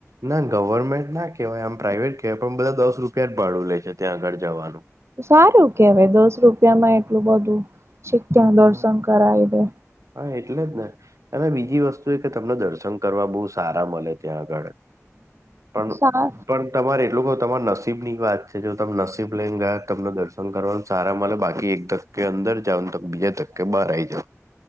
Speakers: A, on the right (about 70°); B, on the right (about 55°).
A: ના ગવર્મેન્ટ ના કહેવાય આમ પ્રાઇવેટ કહેવાય પણ બધા દસ રૂપિયા જ ભાડું લે છે ત્યાં આગળ જવાનું.
B: સારું કેવાય દસ રૂપિયામાં એટલું બધું છે ત્યા દર્શન
A: હા
B: કરાવી દે.
A: હા એટલે જ ને. અને બીજી વસ્તુ એ કે તમને દર્શન કરવા બહુ સારા મળે ત્યાં આગળ પણ
B: સા
A: પણ. તમારે એટલું કહ તમારા નસીબ ની વાત છે જો તમે નસીબ લઈને ગયા તમને દર્શન કરવાનું સારા મળે બાકી એકદમ કે અંદર જાવને તો બીજા ધકકે બહાર આવી જાવે.